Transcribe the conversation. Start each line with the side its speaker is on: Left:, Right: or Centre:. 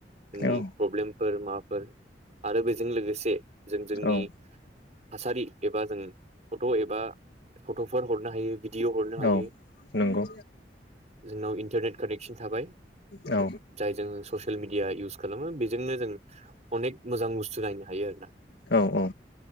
Right: जोंनि
Left: औ
Right: प्रब्लेम फोर माफोर आरो बेजों लोगोसे जों जोंनि
Left: औ
Right: थासारि एबा जों फट' एबा फट'फोर हरनो हायो भिडिअ' हरनो हायो
Left: औ नंगौ
Right: जोंनाव इन्टारनेट कानेक्ट खिनथाबाय।
Left: औ
Right: जायजों ससियेल मिडिया इउस खालामो बेजोंनो जों अनेक मोजां बुस्थु नायनो हायो आरोना
Left: औ- औ